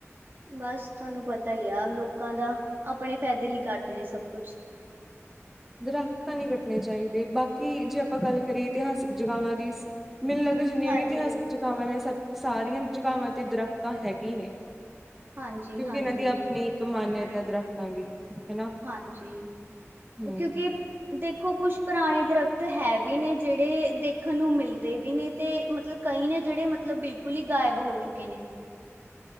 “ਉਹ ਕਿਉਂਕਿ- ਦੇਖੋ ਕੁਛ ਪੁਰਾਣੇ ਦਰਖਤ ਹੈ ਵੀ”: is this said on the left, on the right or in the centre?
Right